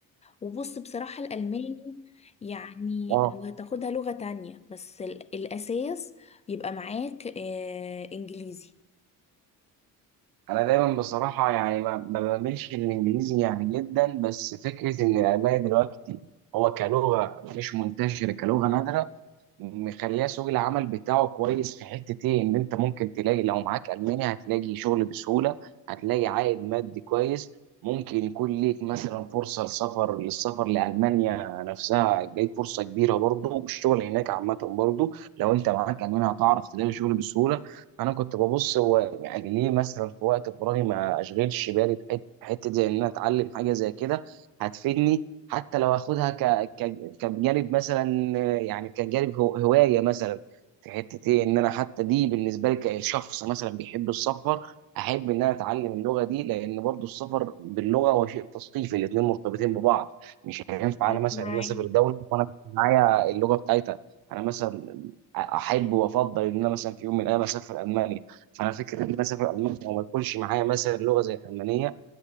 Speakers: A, on the left; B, on the right.
A: وبص بصراحة الألماني يعني
B: اه
A: لو هتاخدها لغة تانية بس ال- الأساس يبقى معاك آه إنجليزي
B: انا دايما بصراحه يعني ما ما بميلش للانجليزي يعني جدا بس فكره ان الالماني دلوقتي هو كلغه مش منتشره كلغه نادره مخليها سوق العمل بتاعه كويس في حتة ايه ان انت ممكن تلاقي لو معاك الماني هتلاقي شغل بسهولة هتلاقي عائد مادي كويس ممكن يكون ليك مثلا فرصة لسفر للسفر لألمانيا نفسها جاي فرصة كبيرة برضه والشغل هناك عامة برضه لو انت معاك ألماني هتعرف تلاقي شغل بسهولة أنا كنت ببص هو يعني ليه مثلا في وقت فراغي ما أشغلش بالي بحتة حتة زي إن أنا أتعلم حاجة زي كده هتفيدني حتى لو اخدها ك... ك... كجانب مثلا آه، يعني كجانب هو... هوايه مثلا في حته ايه ان انا حتى دي بالنسبه لي كشخص مثلا بيحب السفر احب ان انا اتعلم اللغه دي لان برضو السفر باللغه هو شيء تثقيفي الاثنين مرتبطين ببعض مش هينفع
A: أنا
B: انا مثلا
A: معاك
B: ان انا اسافر دوله وانا مش معايا اللغه بتاعتها انا مثلا احب وافضل ان انا مثلا في يوم من الايام اسافر المانيا فانا فكره ان انا اسافر المانيا وما يكونش معايا مثلا لغه زي الالمانيه